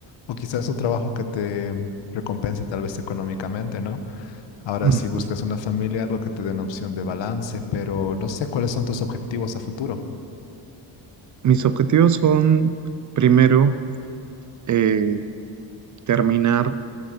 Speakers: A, on the left; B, on the right.
A: o quizás un trabajo que te recompense tal vez económicamente, ¿no? Ahora,
B: Mm.
A: si buscas una familia, algo que te dé una opción de balance, pero no sé cuáles son tus objetivos a futuro.
B: Mis objetivos son, primero, eh, terminar